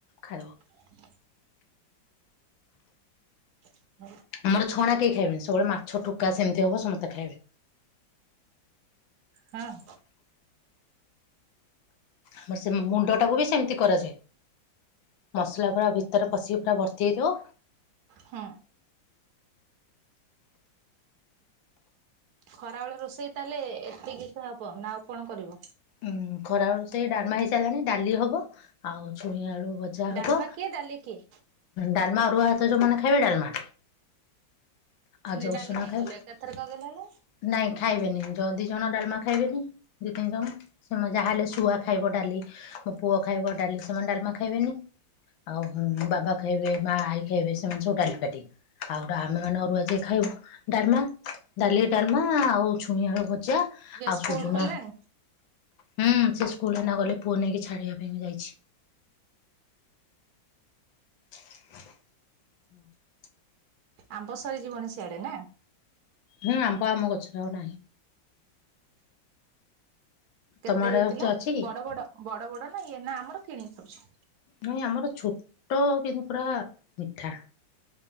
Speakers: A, on the left; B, on the right.
A: ଖାଲ
B: <inaudible> <unintelligible>
A: ଆମର ଛଣା କେହି ଖାଇବେନି, ସବୁବେଳେ ମାଛ ଠୁକା ସେମିତି ହବ ସମସ୍ତେ ଖାଇବେ।
B: ହଁ
A: ଆମର ସେ ମୁଣ୍ଡ ଟାକୁ ବି ସେମିତି କରାଯାଏ। ମସଲା ପୁରା ଭିତରେ ପଶିକି ପୁରା ଭର୍ତ୍ତି ହୋଇଥିବ
B: ହଁ। ଖରାବେେଳେ ରୋଷେଇ ତାହେଲେ ଏତିକି <unintelligible> ହେବ ନା ଆଉ କଣ କରିବ।
A: ଉଁ ଖରା ବଳୁ ସେଇ ଡାରମା ହେଇ ସାରିଲାଣି ଡାଲି ହବ ଆଉ ଛୁଇଁ ଆଳୁ ବ ଯା ହବ
B: ଡାଲମା କିଏ ଡାଲି କିଏ?
A: ଡାଲମା ଅରୁଆ ହାତ ଯୋଉ ମାନେ ଖାଇବେ ଡାଲମା। ଆଉ
B: ପୁଣି
A: ଯୋଉ
B: ଡାଲି
A: ଉଷୁନା
B: କାହିଁ
A: ଖାଇବେ
B: କଲ ଏକାଥର କଦଲେ ହେ
A: ନାଇଁ ଖାଇବେନି ଦି ଜଣ ଡାଲମା ଖାଇବେନି ଦି ତିନି ଜଣ ସେମାନେ ଯାହାହଲେ ଶୁଆ ଖାଇବ ଡାଲି ମୋ ପୁଅ ଖାଇବ ଡାଲି ସେମାନେ ଡାଲମା ଖାଇବେନି ଆଉ ହଁ ବାବା ଖାଇବେ ମା ଆଈ ଖାଇବେ ସେମାନେ ସବୁ ଡାଲିପାଟି ଆଉ ଆମେ ମାନେ ଅରୁଆ ଯିଏ ଖାଇବ ଡାଲମା ଡାଲି ଡାଲମା ଆଉ ଛୁଇଁ ଆଳୁ ଭ ଜା
B: ଝିଅ
A: ଆଉ
B: ସ୍କୁଲ
A: ସୁୁଝୁ
B: ଖୋଲିଲାଣି
A: ନା ହୁଁ ସେ ସ୍କୁଲରେ ନ ଗଲେ ପୁଅ ନେଇକି ଛାଡିବା ପାଇଁ ବି ଯାଇଛି। <inaudible>
B: ଆମ୍ବ ସରିଯିବଣୀ ସିଆଡେ ନା
A: ହୁଁ ଆମ୍ବ ଆମ ଗଛରେ ଆଉ ନାହିଁ।
B: କେତେ
A: ତମ ଆଡେ
B: ହେଇଥିଲା
A: ଗଛ ଅଛି କି?
B: ବଡ ବଡ ବଡ ବଡ ନା ଇଏ ନା ଆମର କିଣି ଖାଉଛି।
A: ନାଇଁ ଆମର ଛୋଟ କିନ୍ତୁ ପୁରା ମିଠା।